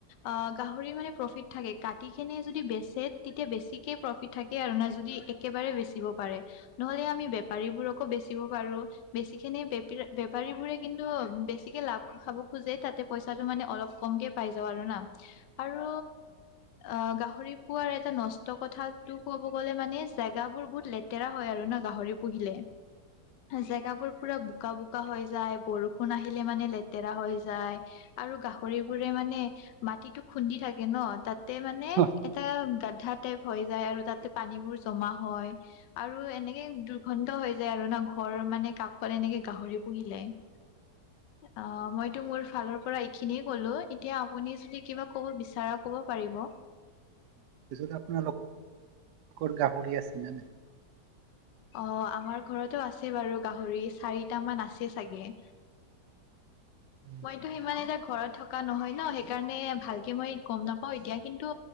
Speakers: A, on the left (about 85°); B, on the right (about 75°).
A: অ গাহৰি মানে প্ৰফিট থাকে কাটিকিনে যদি বেচে তেতিয়া বেছিকে প্ৰফিট থাকে আৰু না যদি আৰু একেবা বাৰে বেচিব পাৰে। নহ'লে আমি বেপাৰীবোৰকো বেচিব পাৰো, বেছি কিনে বেপ বেপাৰীবোৰে কিন্তু বেছিকে লাভ খাব খোজে তাতে পইচাটো মানে অলপ কমকে পাই যা আৰু না আৰু অ, গাহৰি পোৱাৰ এটা নষ্ট কথাটো ক'ব গ'লে মানে জেগাবোৰ বহুত লে তেৰা হয় আৰু ন গাহৰি পুহিলে, জেগাবোৰ পুৰা বোক বোকা হৈ যায় বৰষুণ আহিলে মানে লেতেৰা হৈ যায় আৰু গাহৰিবোৰে মানে মাটিতো খুন্দি থাকে ন তাতে মানে
B: হয়।
A: এটা গাদধা টাইপ হৈ যায় আৰু তাতে পানীবোৰ জমা হয়। আৰু এনেকে দুৰ্গন্ধ হৈ যায় আৰু ন, ঘৰ মানে কাষত এনেকে গাহৰি পুহিলে। অ', মইতো মোৰ ফালৰ পৰা এইখিনিয়ে কলো এতিয়া আপুনি যদি কিবা কব বিচাৰা ক পাৰিব।
B: পিছত আপোনালোকৰ গাহৰি আছে নে নাই?
A: অ', আমাৰ ঘৰতো আছে বাৰু গাহৰি চাৰিটামান আছে চাগে।
B: <inaudible>
A: মইতো সিমান এটা ঘৰত থকা নহয় ন সেইকাৰণে ভালকে মই গম নাপাও এতিয়া কিন্তু